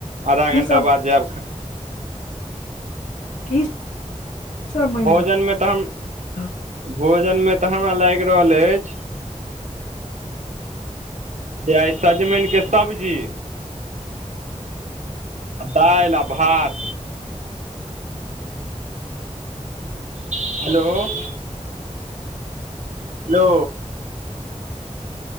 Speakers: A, on the right; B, on the left.
A: आधा
B: की
A: घंटा
B: सब
A: बाद जायब
B: की सब बनि
A: भोजनमे तऽ हम,
B: रहल छै
A: भोजनमे तऽ हमरा लागि रहल अछि। जे सजमन के सब्जी। दइल, आभात। हेलो! हेलो!